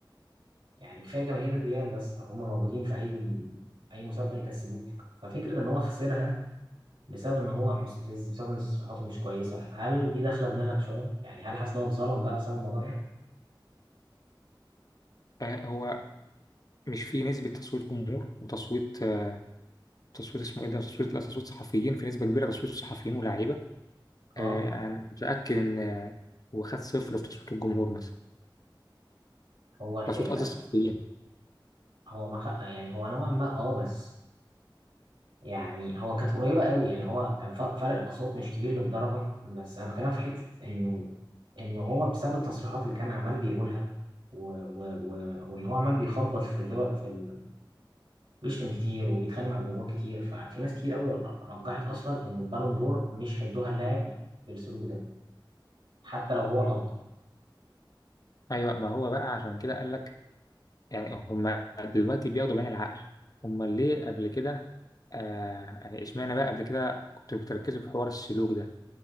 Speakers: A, on the right; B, on the left.
A: يعني كفايه جماهير الريال بس لو هم موجودين في اي اي مسابقه يكسبوك ففكره ان هو خسرها بسبب ان هو مستفز بسبب ان تصريحاته مش كويسه هل دي داخله دماغك شويه يعني هل حاسس ان هو اتظلم بقى بسبب الموضوع ده
B: آه، هو مش في نسبة تصويت جمهور وتصويت آه، تصويت اسمه إيه ده؟ تصويت لا تصويت صحفيين في نسبة كبيرة تصويت صحفيين ولاعيبة
A: اه
B: آه، أنا متأكد إن آه، هو خد صفر في تصويت الجمهور مثلا
A: هو الفكره
B: تصويت قصدي الصحفيين
A: هو ما خ... يعني هو نوعا ما اه بس يعني هو كانت قريبة قوي يعني هو كان ف- فرق الأصوات مش كبير للدرجة بس أنا بكلم في حتة إنه إنه هو بسبب التصريحات اللي كان عمال بيقولها و... و... و... وإن هو عمال بيخبط في الدول في ال... بيشتم كتير وبيتخانق مع الجمهور كتير ففي ناس كتير قوي رجحت أصلا إن البالون دور مش هيدوها اللاعب بالسلوك ده حتى لو هو الأفضل
B: أيوه ما هو بقى عشان كده قال لك يعني هم دلوقتي بياخدوا بعين العقل هم ليه قبل كده آه يعني اشمعنى بقى قبل كده كنتوا بتركزوا في حوار السلوك ده